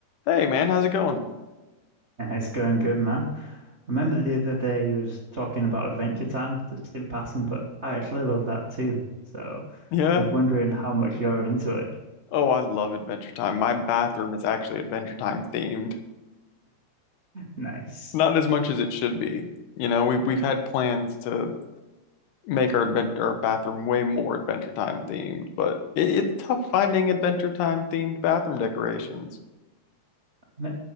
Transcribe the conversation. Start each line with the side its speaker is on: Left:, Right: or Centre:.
Left: Hey man, how's it going?
Right: Yeah, It's going good, man. I remember the other day you was talking about Adventure Time just in passing, but I actually love that too. So
Left: Yeah.
Right: I was wondering how much you're into it.
Left: Oh, I love Adventure Time. My bathroom is actually Adventure Time themed.
Right: Nice.
Left: Not as much as it should be. You know, we we've had plans to make our advent our bathroom way more Adventure Time themed, but it, it's tough finding Adventure Time themed bathroom decorations.
Right: Ma-